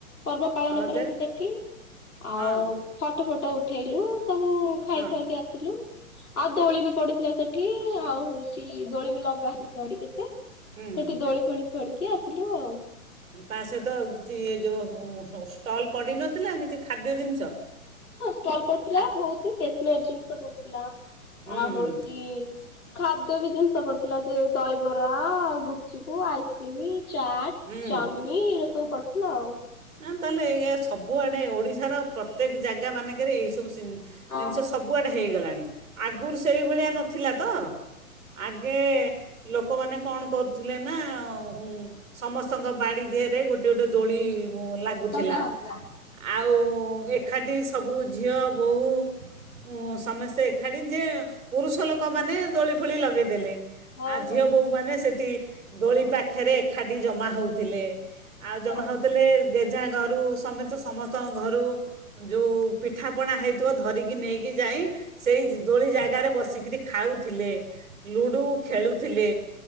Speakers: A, on the left; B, on the right.
A: ପର୍ବ ପାଳନ
B: ରଜରେ
A: କରନ୍ତି ସେଠି ଆଉ
B: ହଁ
A: ଫଟ ଫଟ ଉଠେଇଲୁ ସବୁ ଖାଇ
B: ହଁ
A: ଖୁଆଇକି ଆ ଥିଲୁ ଆଉ ଦୋଳି ବି ପଡିଥିଲା ସେଠି ଆଉ ହଉଚି ଦୋଳି ବି ଲଗା ହେଇଥିଲା ସେଠି କେତେ।
B: ହୁଁ
A: ସେଠି
B: ହୁଁ
A: ଦୋଳି ଫୋଳି ଖେଳିକି ଆସିଲୁ ଆଉ।
B: ତା ସହିତ <unintelligible> ଏ ଯଉ ଷ୍ଟଲ୍ ପଡିନଥିଲା କିଛି ଖାଦ୍ୟ ଜିନିଷ
A: ହଁ ଷ୍ଟଲ୍ ପଡ଼ିଥିଲା
B: ଖା
A: ବହୁତ୍ ଟେସ୍ନାରୀ ଜିନିଷ ପଡିଥିଲା
B: ହୁଁ
A: ଆଉ
B: ହୁଁ
A: ହଉଚି ଖାଦ୍ୟ ବି ଜିନିଷ ପଡିଥିଲା ଯେ ଦହିବରା ଗୁପଚୁପ୍, ଆଇସ୍କ୍ରିମ୍, ଚାଟ୍
B: ହୁଁ
A: ଚାଓମିନି ଏ ସବୁ ପଡ଼ିଥିଲା ଆଉ।
B: ଆଁ- ତାହେଲେ ଏଇଆ ସବୁଆଡ଼େ ଓଡ଼ିଶାର ପ୍ରତ୍ୟକ ଜାଗା ମାନେଙ୍କେରେ ଏଇସବୁ ସିନ୍
A: ହଁ
B: ଜିନିଷ ସବୁଆଡ଼େ ହେଇଗଲାଣି ଆଗୁରୁ ସେଇଭଳିଆ ନଥିଲା ତ। ଆଗେ ଲୋକମାନେ କଣ କରୁଥିଲେ ନା ଉଁ - ସମସ୍ତଙ୍କ ବାଡ଼ି ଦିହେରେ ଗୋଟିଏ ଗୋଟିଏ ଦୋଳି ଲାଗୁଥିଲା।
A: ଲଗା ହଉଥିଲା।
B: ଆଉ ଏଖାଠି ସବୁ ଝିଅ ବୋହୂ ଉଁ- ସମସ୍ତେ ଏଖାଠି ଯେ ପୁରୁଷ ଲୋକମାନେ ଦୋଳି ଫୋଳି ଲଗେଇଦେଲେ।
A: ହଁ
B: ଆ- ଝିଅ
A: ହଁ
B: ବୋହୂମାନେ ସେଠି ଦୋଳିପାଖେରେ ଏଖାଠି ଜମା ହଉଥିଲେ। ଆଉ ଜମା
A: ହଁ
B: ହଉଥିଲେ ଜେଝା ଘରୁ ସମେତ ସମସ୍ତଙ୍କ ଘରୁ ଯୋଉ ପିଠାପଣା ହେଇଥିବ ଧରିକି ନେଇକି ଯାଇ ସେଇ ଦୋଳି ଜାଗାରେ ବସିକିରି ଖାଉଥିଲେ। ଲୁଡୁ ଖେଳୁଥିଲେ